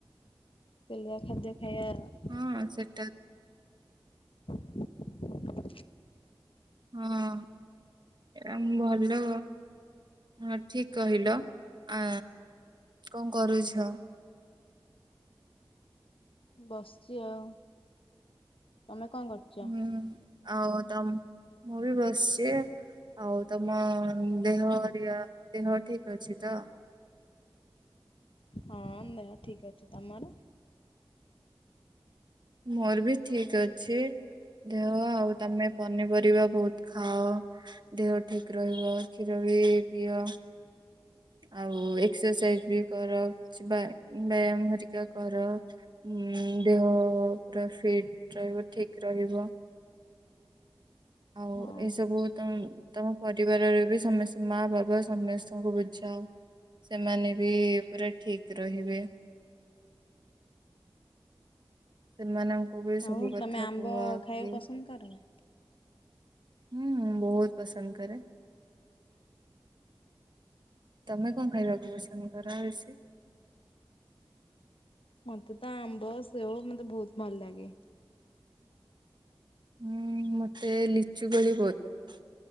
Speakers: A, on the left (about 80°); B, on the right (about 55°).
A: ତେଲିଆ ଖାଦ୍ୟ ଖାଇବାର ନାହିଁ।
B: ହଁ ସେଟା।
A: <inaudible>
B: ହଁ ଆମ ଭଲ ହଁ ଠିକ କହିଲ ଆ କଣ କରୁଛ?
A: ବସିଛି ଆଉ ତମେ କଣ କରୁଛ?
B: ହୁଁ ଆଉ ତମ ମୁଁ ବି ବସିଛି। ଆଉ ତମ ଦେହ ହେରିକା ଦେହ ଠିକ ଅଛି ତ?
A: ହଁ ଦେହ ଠିକ ଅଛି ତମର?
B: ମୋର ବି ଠିକ ଅଛି। ଦେହ ଆଉ ତମେ ପନିପରିବା ବହୁତ ଖାଅ। ଦେହ ଠିକ ରହିବ କ୍ଷୀର ବି ପିଅ। ଆଉ ଏକ୍ସରସାଇଜ ବି କର କିଛି ବ୍ୟାୟାମ ହେରିକା କର। ଉଁ ଦେହ ପୁରା ଫିଟ ରହିବ ଠିକ ରହିବ। ଆଉ
A: ହଁ
B: ଏଇସବୁ ତମେ ତମ ପରିବାରରେ ବି ସମସ୍ତେ ମା ବାପ ସମସ୍ତଙ୍କୁ ବୁଝାଅ। ସେମାନେ ବି ପୁରା ଠିକ ରହିବେ। ସେମାନଙ୍କୁ ବି ସବୁ
A: ଆଉ
B: କଥା
A: ତମେ ଆମ୍ବ
B: କୁହ
A: ଖାଇବାକୁ
B: କି?
A: ପସନ୍ଦ କର ନା?
B: ହୁଁ ବହୁତ ପସନ୍ଦ କରେ। ତମେ କଣ ଖାଇବାକୁ ପସନ୍ଦ କର ବେଶୀ?
A: ମତେ ତ ଆମ୍ବ ସେଓ ମତେ ବହୁତ ଭଲ ଲାଗେ।
B: ହୁଁ ମତେ ଲିଚୁ କୋଳି ବହୁତ